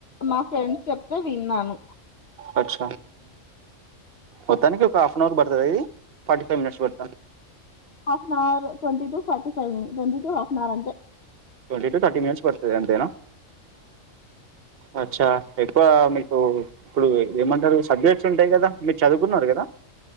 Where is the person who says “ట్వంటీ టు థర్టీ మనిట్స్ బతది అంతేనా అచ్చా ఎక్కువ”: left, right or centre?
Right